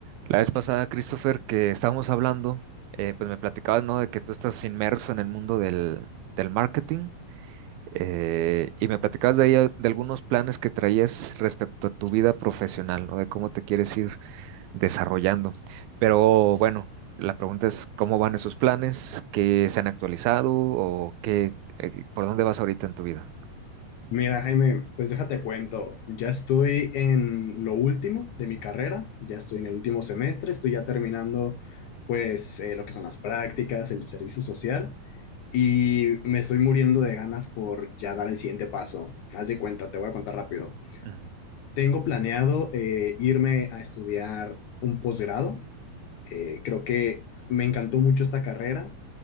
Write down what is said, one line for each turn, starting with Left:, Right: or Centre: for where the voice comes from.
Right: La vez pasada, Christopher, que estábamos hablando, eh, pues me platicabas, ¿no? De que tú estás inmerso en el mundo del, del marketing eh, y me platicabas de ahí a- de algunos planes que traías respecto a tu vida profesional, ¿no? De cómo te quieres ir desarrollando. Pero bueno, la pregunta es, ¿cómo van esos planes? ¿Qué se han actualizado o qué, eh, por dónde vas ahorita en tu vida?
Left: Mira, Jaime, pues déjate cuento, ya estoy en lo último de mi carrera, ya estoy en el último semestre, estoy ya terminando pues eh, lo que son las prácticas, el servicio social y me estoy muriendo de ganas por ya dar el siguiente paso. Haz de cuenta, te voy a contar rápido.
Right: Ujú.
Left: Tengo planeado eh, irme a estudiar un posgrado, Eh, creo que me encantó mucho esta carrera